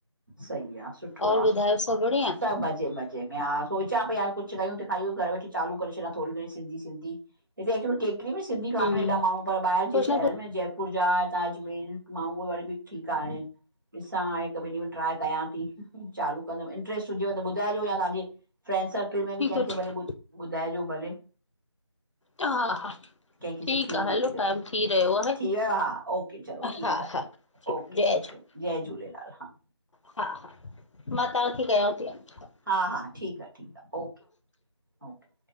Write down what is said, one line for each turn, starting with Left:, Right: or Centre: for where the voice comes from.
Right: सही आ, सुठो
Left: और
Right: आ,
Left: ॿुधायो सभु बढ़िया?
Right: सभ मजे मज़े में, हा सोचां पई यार कुछ कयूं तहिंखा ईहो घर वेठे चालू करे छॾां थोरी घणी सिधी सिंधी हिते इक्चुली केक्ट्री में सिंधी कानहूं
Left: हम्म
Right: एॾा माण्हूं, पर ॿाहिर
Left: कुछ
Right: जे शहरन
Left: न कुछ
Right: में जयपुर जा, ताजमल मां हू तबियत ठीक आ हाणे, ॾिसां हिक ॿिन ॾींहन में ट्राय कयां ती, चालू कंदम हांणे। इंट्रस्ट हुजेव त ॿुधाइजो, या तहांजे फ्रेंंड सर्किल में
Left: ठीकु
Right: बि कंहिंखे
Left: आहे,
Right: भले ॿुधाइजो भले।
Left: हा हा
Right: कंहिंखे
Left: ठीक
Right: सिखणी
Left: आ
Right: हुजे
Left: हलो,
Right: त
Left: टाइम थी रहयो आहे,
Right: थी वियो हा ओके चलो ठीकु
Left: हा हा ठीकु
Right: ओके
Left: जय
Right: ओके,
Left: झूले
Right: जय झूलेलाल! हा
Left: हा हा, मां तहां खे कयांव ती हाणे।
Right: हा हा, ठीक आ, ठीक आ, ओके ओके।